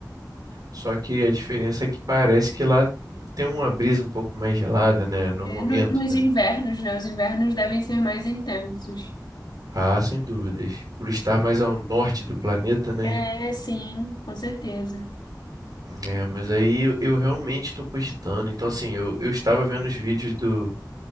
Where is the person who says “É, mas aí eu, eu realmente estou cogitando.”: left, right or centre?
Right